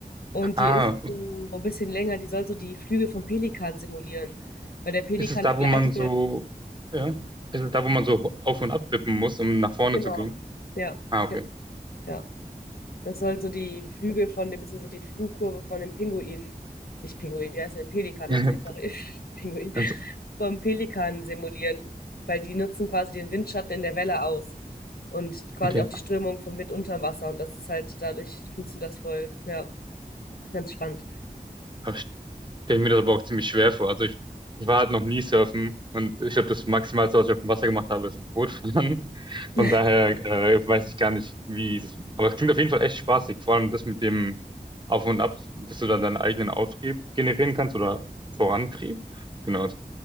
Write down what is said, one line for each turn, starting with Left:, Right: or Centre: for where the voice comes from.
Left: Und
Right: Ah,
Left: die ist so ein bisschen länger, die soll so die Flügel vom Pelikan simulieren. Weil der Pelikan,
Right: Ist es da,
Left: der gleitet
Right: wo man so,
Left: ja,
Right: ja? Ist es da, wo man so auf und ab wippen muss, um nach vorne
Left: genau.
Right: zu gehen?
Left: Ja,
Right: Ah, okay.
Left: genau. Ja. Das soll so die Flügel von dem, beziehungsweise die Flugkurve von dem Pinguin, nicht Pinguin, wie heißt denn Pelikan,
Right: <laughs>
Left: heißt nicht, sorry, <laughs> Pinguin.
Right: Also,
Left: vom Pelikan simulieren, weil die nutzen quasi den Windschatten in der Welle aus und quasi
Right: okay.
Left: auch die Strömung vom Wind unterm Wasser. Und das ist halt, dadurch funktioniert das voll. Ja, ganz spannend.
Right: Aber ich stelle mir das aber auch ziemlich schwer vor. Also ich, ich war halt noch nie surfen und ich glaube, das Maximalste, was ich auf dem Wasser gemacht habe, ist ein Boot fahren. <laughs>
Left: <laughs>
Right: Von daher äh, weiß ich gar nicht, wie das. Aber es klingt auf jeden Fall echt spaßig. Vor allem das mit dem Auf und Ab, dass du dann deinen eigenen Auftrieb generieren kannst oder Vorantrieb. Genau, also,